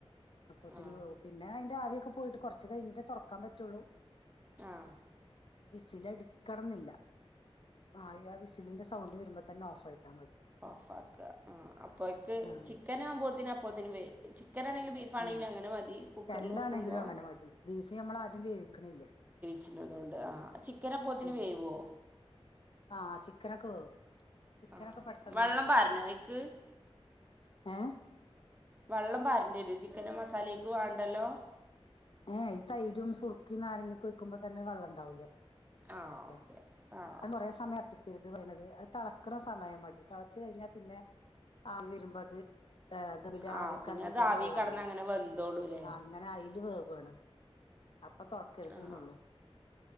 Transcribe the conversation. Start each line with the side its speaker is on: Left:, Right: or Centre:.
Left: അപ്പോത്തിന്
Right: ആ
Left: പിന്നെ അതിന്റെ ആവിയൊക്കെ പോയിട്ട് കുറച്ച് കഴിഞ്ഞിട്ടേ തുറക്കാൻ പറ്റുള്ളൂ
Right: ആഹ്
Left: വിസിൽ അടിക്കണംന്നില്ല. ആ ആ വിസിലിന്റെ സൗണ്ട് വരുമ്പോ തന്നെ ഓഫ് ആയിത്താൻ മതി
Right: ഓഫ് ആക്ക. ആ അപ്പോക്ക്
Left: ആഹ്
Right: ചിക്കനാവുമ്പോ അപ്പോത്തിന് വേ ചിക്കൻ ആണെങ്കിലും ബീഫാണെങ്കിലും
Left: ആഹ്
Right: അങ്ങനെ മതി കുക്കറിൽ
Left: രണ്ടാണെങ്കിലും
Right: വെക്കുമ്പോൾ
Left: അങ്ങനെ മതി. ബീഫ് നമ്മള ആദ്യം വേവിക്കണില്ലേ
Right: ച്ച്ണതോണ്ട് ആ ചിക്കനപ്പൊത്തിന്
Left: ഉം
Right: വേവോ
Left: ആഹ് ചിക്കനക്ക വേവു ചിക്കനൊക്കെ
Right: ആ
Left: പെട്ടെന്ന്
Right: വെള്ളം
Left: വേവും
Right: പാരണോ അതിക്ക്
Left: ഏ
Right: വെള്ളം പാരണ്ട്യേരൊ ചിക്കൻ്റെ മസാലേക്ക് വേണ്ടല്ലോ
Left: ഏ എ. ഈ തൈരും സുർക്കിം നാരങ്ങി ഒക്കെ ഒഴിക്കുമ്പോ തന്നെ വെള്ളംണ്ടാവുലേ
Right: ആ ഓക്കെ
Left: അത്
Right: ആ
Left: കൊറേ സമയം കത്തിക്കരുത് <unintelligible> അത് തെളക്കണ സമയം മതി തെളച്ചു കഴിഞ്ഞാ പിന്നെ ആവി വരുമ്പോ അത് ഏ ധമ്മില്
Right: ആ
Left: ആവിയൊക്കെറങ്ങീട്ടയ്ല്
Right: പിന്നെ അത് ആവി
Left: വെള്ളമാകൂലേ.
Right: കടന്ന് അങ്ങനെ വെന്തോളൂല്ലേ
Left: അങ്ങനെ അയില് വേ വ്ണത്. അപ്പം തുറക്കരുത്
Right: ആ
Left: ന്നൊള്ളൂ